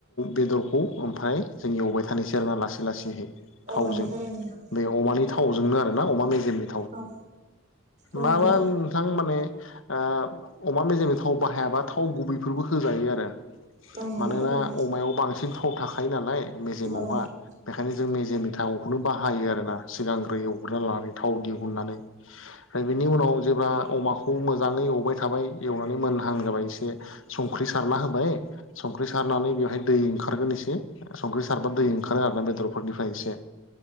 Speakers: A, on the left (about 65°); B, on the right (about 35°).
A: बेदरखौ ओमफ्राय जोंनि एवबाय थानायसै आरोना लासै लासैहै
B: औ
A: थावजों
B: नोंगौथार न
A: बे अमानि थावजोंनो आरो ना अमा मेजेरनि
B: औ औ
A: माबा
B: नंगौ
A: नोंथां माने अमा मेजेमजों थाव बाहायाबा थाव गुबैफोरबो होजायो आरो
B: औ नंगौ
A: मानोना
B: थारैनो औ नंगौ औ नंगौ थारैनो नोंथां औ
A: अमायाव बांसिन थाव थाखायो नालाय मेजेमावहा
B: औ नंगौ
A: बेखायनो जों मेजेमनि थाखाय थखौनो बाहायो आर ना सिगांग्रो एवग्रोना लानानै थाव दिहुननानै ओमफ्राय बेनि उनाव जेब्ला अमाखौ मोजाङै एवबाय थाबाय एवनानै मोनहां जाबाय एसे संख्रि सारना होबाय संख्रि सारनानै बेवहाय दै ओंखारगोन एसे संख्रि सारबा दै ओंखारो आरो ना बेदरफोरनिफ्राय एसे